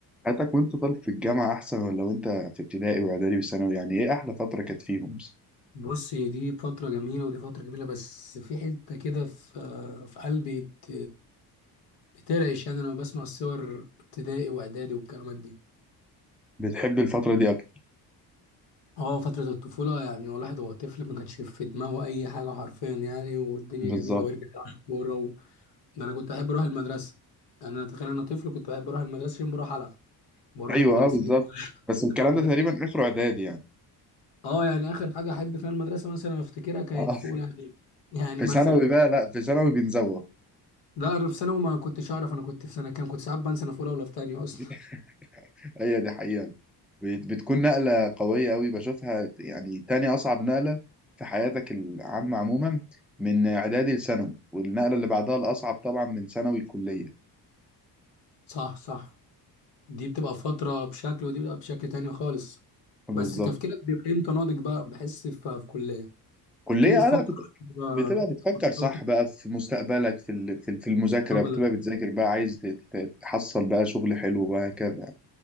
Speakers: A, in the centre; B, on the left.
A: حياتك وانت طالب في الجامعة أحسن ولا وانت في ابتدائي وإعدادي وثانوي يعني إيه أحلى فترة كانت فيهم؟ مثلا؟
B: بص هي دي فترة جميلة ودي فترة جميلة بس في حتة كده في في قلبي بت... بترعش يعني أنا بسمع الصور ابتدائي وإعدادي والكلمات دي
A: بتحب الفترة دي أكتر
B: اه فترة الطفولة يعني هو الواحد وهو طفل ما كانش في دماغه أي حاجة حرفيا يعني والدنيا
A: بالظبط
B: جميلة ويرجع يلعب كورة و... ده أنا كنت بحب أروح المدرسة يعني أنا تخيل أنا طفل كنت بحب أروح المدرسة عشان بروح ألعب بروح
A: أيوه
B: المدرسين
A: أه بالظبط
B: يقولوا
A: بس
B: لي الكلام
A: الكلام ده
B: ده
A: تقريبا آخره إعدادي يعني
B: اه يعني آخر حاجة أحب فيها المدرسة مثلا أفتكرها كانت
A: آه.
B: في أولى إعدادي. يعني
A: في
B: مثلا
A: ثانوي بقى لا في ثانوي بنزوغ
B: لا انا في ثانوي ما كنتش اعرف انا كنت في سنه كام كنت ساعات بنسى انا في اولى ولا في تانية اصلا
A: <laughs> هي دي حقيقة بت- بتكون نقلة قوية أوي بشوفها يعني تاني أصعب نقلة في حياتك العامة عموما من إعدادي لثانوي والنقلة اللي بعدها الأصعب طبعا من ثانوي لكلية
B: صح صح دي بتبقى فتره بشكل ودي بتبقى بشكل تاني خالص
A: بالظبط
B: بس تفكيرك بيبقى امتى ناضج بقى بحس في في كليه
A: كلية
B: تبتدي تفكر
A: أنا بت-
B: بقى
A: بتبقى بتفكر
B: في كورساتك
A: صح
B: في
A: بقى في مستقبلك في ال- في ال- في المذاكرة
B: شغلك
A: بتبقى بتذاكر بقى عايز ت- ت- تحصل بقى شغل حلو وهكذا